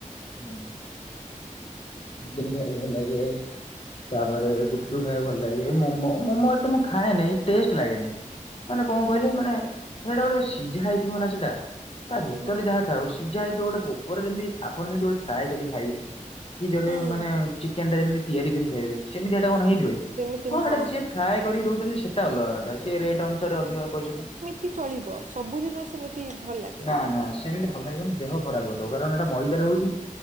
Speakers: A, on the left; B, on the right.
A: ହୁଁ। ଗୁନି ଖାଇବାକୁ ଭଲ ଲାଗେ। ତାପରେ ଗୁପଚୁପ ଖାଇବାକୁ ଭଲ ଲାଗେ। ମ ମୋମୋ, ମୋମୋ ଏତ ମୁଁ ଖାଏନିଁ ଟେଷ୍ଟ ଲାଗେନି ମାନେ କଣ କହିଲେ ମାନେ ସେଇଟା ଗୋଟେ ସିଝା ହେଇଥିବ ନା ସେଇଟା। ତା
B: ହୁଁ
A: ଭିତରେ ଯାହା ଥାଉ ସିଝା ହେଇଥିବ ଗୋଟେ ଉପରେ ଯେମିତି ଆପଣ ଜେମତି ଗୋଟେ ଫ୍ରାଏ କରିି ଖାଇବେ। କି ଯଦି
B: ହୁଁ
A: ମାନେ ଚିକେନ ଟା ଯେମିତି ତିଆରି କରି ଖାଇବେ ସେମତି ଏଇଟା କଣ ହେଇଯିବ କି?
B: ସେମିତି
A: ହଁ
B: ନୁହଁ।
A: ସେଇଟା ଯିଏ ଫ୍ରାଏ କରି ଦଉଚନ୍ତି ସେଇଟା ଅଲଗା କଥା ସିଏ ରେଟ୍ ଅନୁସାରେ ଅଧିକ ପଇସ ନଉ
B: କି ଚଳିବ ସବୁଦିନ ସେମିତି ଭଲ ଲାଗେନି।
A: ନା ନା ସେମିତି ଭଲ ଲାଗିବନି। ଦେହ ଖରାପ କରିଦବ କାରଣ ଏଟା ମଇଦା ହଉଛି